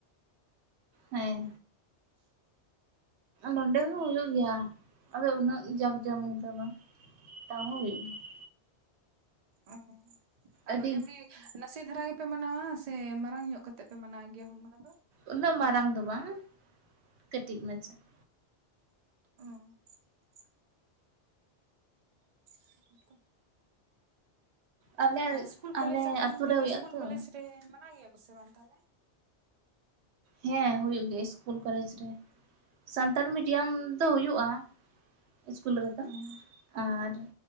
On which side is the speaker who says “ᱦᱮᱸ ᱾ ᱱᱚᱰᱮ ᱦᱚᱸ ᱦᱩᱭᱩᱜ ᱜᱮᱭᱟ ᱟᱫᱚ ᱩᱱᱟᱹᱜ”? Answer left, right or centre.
Right